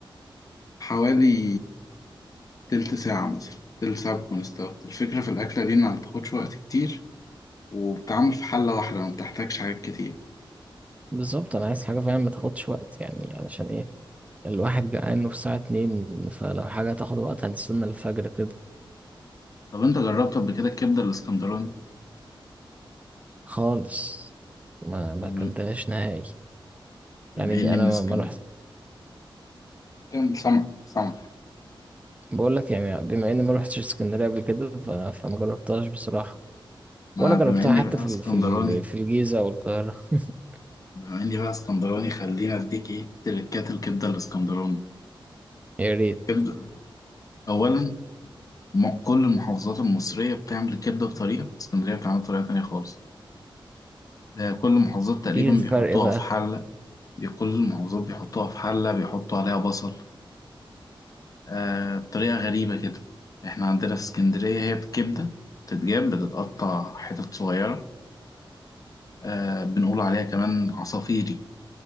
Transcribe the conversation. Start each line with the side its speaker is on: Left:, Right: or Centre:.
Left: حوالي تلت ساعة مثلا تلت ساعة بتكون استوت الفكرة في الأكلة دي إنها متاخدش وقت كتير وبتعمل في حلة واحدة ما بتحتاجش حاجات كتير
Right: بالظبط أنا عايز حاجة فعلا ما تاخدش وقت يعني علشان إيه؟ الواحد جعان في الساعة اتنين فلو حاجة تاخد وقت هنستنى الفجر كده
Left: طب انت جربت قبل كده الكبده الاسكندراني
Right: خالص ما ما
Left: طب
Right: أكلتهاش نهائي
Left: بما
Right: يعني
Left: اني
Right: أنا
Left: من
Right: ما
Left: اسكن
Right: ما رحت
Left: كان سمك سمك
Right: بقول لك يعني بما اني ما روحتش اسكندريه قبل كده ف... فما جربتهاش بصراحه
Left: ما
Right: ولا جربتها
Left: بما اني
Right: حتى
Left: بقى
Right: في
Left: اسكندراني
Right: ال... في ال... في الجيزه او القاهره <laughs>
Left: بما اني بقى اسكندراني خليني اديك ايه تركات الكبده الاسكندراني
Right: يا ريت
Left: كبده اولا م- كل المحافظات المصريه بتعمل الكبده بطريقه اسكندريه بتعمل بطريقه تانية خالص آه، كل المحافظات تقريبا
Right: ايه الفرق
Left: بيحطوها
Right: بقى
Left: في حله بي- كل المحافظات بيحطوها في حله بيحطوا عليها بصل آه بطريقة غريبة كده احنا عندنا في اسكندرية هي بكبدة بتتجاب بتتقطع حتت صغيرة آه بنقول عليها كمان عصافيري